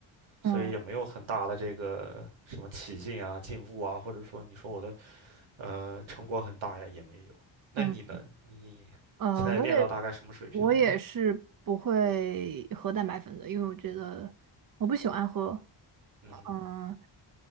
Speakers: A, on the right (about 80°); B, on the right (about 45°).
A: 所以也没有很大的这个什么起劲啊、
B: 嗯
A: 进步啊，或者说你说我的。呃，成果很大呀，也没有。那你呢？
B: 嗯，
A: 你
B: 呃，
A: 现在练到大概什么水平了？
B: 我也我也是不会喝蛋白粉的，因为我觉得我不喜欢喝。
A: 嗯哼，
B: 嗯、